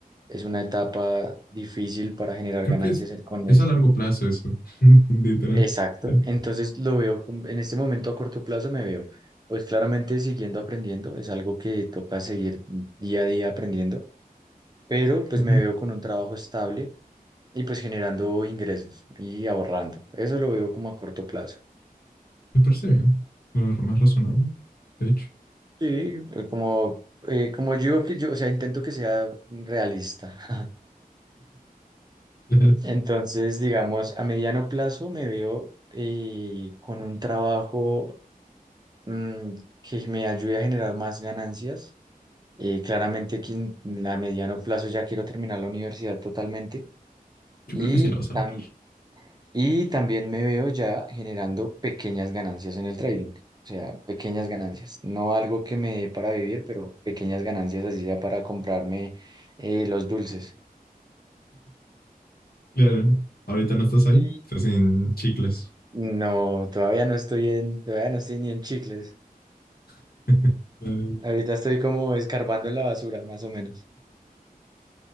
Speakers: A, on the right (about 25°); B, on the left (about 80°).
A: es una etapa difícil para generar
B: Creo
A: ganancias
B: que es,
A: e-, con
B: es
A: esto.
B: a largo plazo eso, <laughs> literal.
A: Exacto.
B: Ya.
A: Entonces, lo veo como- en este momento a corto plazo, me veo, pues claramente siguiendo aprendiendo. Es algo que toca seguir día a día aprendiendo, pero pues
B: Ujú.
A: me veo con un trabajo estable y pues generando ingresos y ahorrando. Eso lo veo como a corto plazo.
B: Me parece bien, lo más razonable, de hecho. <laughs>
A: Sí, eh, como, eh, como digo que yo, o sea, intento que sea realista. <laughs>
B: Claro.
A: Entonces, digamos, a mediano plazo me veo eh, con un trabajo mm, que me ayude a generar más ganancias. Eh, claramente que en- a mediano plazo ya quiero terminar la universidad totalmente.
B: Yo
A: Y
B: creo que sí lo vas
A: tam-
B: a lograr.
A: Y también me veo ya generando pequeñas ganancias en el trading, o sea, pequeñas ganancias, no algo que me dé para vivir, pero pequeñas ganancias así sea para comprarme eh, los dulces.
B: Claro. Ahorita no estás ahí,
A: Y
B: estás en chicles.
A: no, todavía no estoy en, todavía no estoy ni en chicles.
B: <laughs> Ay,
A: Ahorita estoy como escarbando en la basura, más o menos.